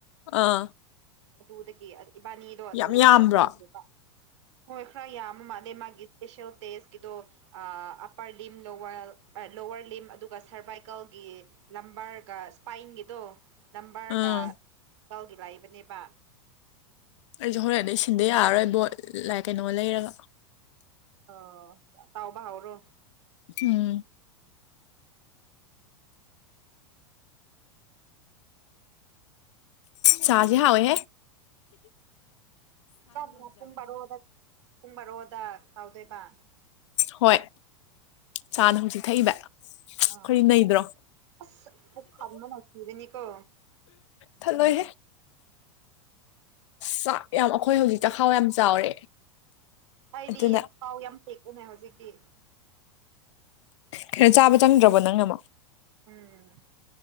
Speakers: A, on the left; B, on the right.
A: ꯑꯥ
B: ꯑꯗꯨꯗꯒꯤ ꯏꯕꯥꯅꯤꯗꯣ ꯑꯗꯨꯗ
A: ꯌꯥꯝ
B: ꯇꯧꯕ
A: ꯌꯥꯝꯕ꯭ꯔꯣ
B: ꯍꯧꯈ꯭ꯔꯤꯕ ꯍꯣꯏ ꯈꯔ ꯌꯥꯝꯕ ꯃꯥꯜꯂꯦ ꯃꯥꯒꯤ ꯁ꯭ꯄꯦꯁꯦꯜ ꯇꯦꯁꯠꯀꯤꯗꯣ ꯑ ꯑꯞꯄꯔ ꯂꯤꯝ ꯂ ꯂꯣꯋꯔ ꯂꯤꯝ ꯑꯗꯨꯒ ꯁꯔꯚꯥꯏꯀꯜꯒꯤ ꯂꯝꯕꯔꯒ ꯁ꯭ꯄꯥꯏꯟꯒꯤꯗꯣ ꯂꯝꯕꯔꯒ
A: ꯎꯝ
B: ꯇꯧꯒꯤ ꯂꯩꯕꯅꯦꯕ
A: ꯑꯩꯁꯨ ꯍꯣꯔꯦꯟꯗꯩ ꯁꯤꯟꯗ ꯌꯥꯔꯔꯣꯏ ꯕꯣꯠ ꯂꯥꯏ ꯀꯩꯅꯣ ꯂꯩꯔꯒ
B: ꯑꯥꯎ ꯇꯧꯕ ꯍꯧꯔꯣ
A: ꯎꯝ ꯆꯥꯖꯤ ꯍꯥꯎꯋꯦ ꯍꯦ
B: ꯆꯥꯛꯅ ꯄꯨꯡ ꯕꯥꯔꯣꯗ ꯄꯨꯡ ꯕꯥꯔꯣꯗ ꯇꯧꯗꯣꯏꯕ
A: ꯍꯣꯏ ꯆꯥꯅ ꯍꯧꯖꯤꯛ ꯊꯛꯏꯕ ꯑꯩꯈꯣꯏꯗꯤ
B: ꯑ
A: ꯅꯩꯗ꯭ꯔꯣ
B: ꯑꯁ ꯄꯨꯛ ꯊꯟꯕꯅ ꯁꯤꯕꯅꯤꯀꯣ
A: ꯊꯜꯂꯣꯏꯍꯦ ꯆꯥꯛ ꯌꯥꯝ ꯑꯈꯣꯏ ꯍꯧꯖꯤꯛ ꯆꯈꯥꯎ ꯌꯥꯝ ꯆꯥꯎꯔꯦ
B: ꯑꯩꯗꯤ
A: ꯑꯗꯨꯅ
B: ꯊꯥꯎ ꯌꯥꯝ ꯄꯤꯛꯄꯅꯦ ꯍꯧꯖꯤꯛꯇꯤ
A: ꯈꯔꯆꯥꯕ ꯆꯪꯗ꯭ꯔꯕꯣ ꯅꯪꯅ ꯑꯃꯨꯛ
B: ꯎꯝ